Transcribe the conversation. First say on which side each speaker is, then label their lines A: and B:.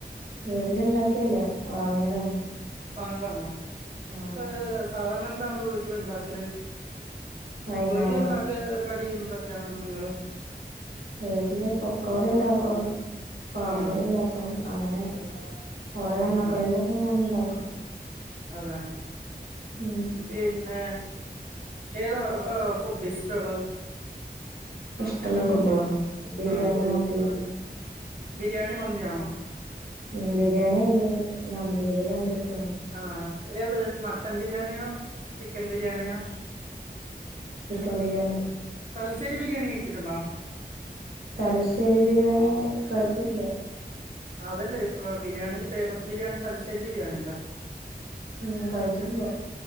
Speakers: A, on the right; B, on the right.
A: വീട്ടില്ണ്ടാക്കിയല്ല. വാങ്ങിയതാണ്.
B: വാങ്ങിയതാണോ?
A: ആഹ്
B: ഈഹ് സാധാരണ എന്താണ് വീട്ടില് ഇണ്ടാക്കല്?
A: വൈകുന്നേരോ
B: വീട്ടില്ണ്ടാക്ക കടി എന്തൊക്കെയാണ് നിങ്ങള്?
A: വീട്ടില് പൊക്കോട ഇണ്ടാക്കും, പഴംപൊരി
B: ആഹ്
A: ഇണ്ടാക്കും. അങ്ങനെ ഓരോ എണ്ണക്കടികളൊക്കെ
B: ആഹ്
A: ഇങ്ങനെ ഇണ്ടാക്കും.
B: അതെ.
A: ഉം
B: പിന്നെ, ഏതാ ഈഹ് ഫുഡ്ഡിഷ് ടള്ളത്?
A: ഇഷ്ടള്ള ഫുഡ്ഡോ? ബിരിയാണി
B: ആഹ്
A: മത്തി.
B: ബിരിയാണി മന്തിയാണോ?
A: ഉം ബിരിയാണി അല്ലെങ്കി മന്തി. ഇത് രണ്ടു ഇഷ്ടവാ.
B: ആഹ്. ഏത്, മട്ടൻ ബിരിയാണിയോ ചിക്കൻ ബിരിയാണിയോ?
A: ചിക്കൻ ബിരിയാണി.
B: തൽശ്ശേരി ബിരിയാണി കഴിച്ചിട്ടുണ്ടോ?
A: തലശ്ശേരി ബിരിയാണി കഴിച്ചിട്ടില്ല.
B: അതല്ലേ, ബിരിയാണീല് ഫേമസ് ബിരിയാണി തലശ്ശേരി ബിരിയാണിയല്ലേ?
A: ഉം കഴിച്ചിട്ടില്ല?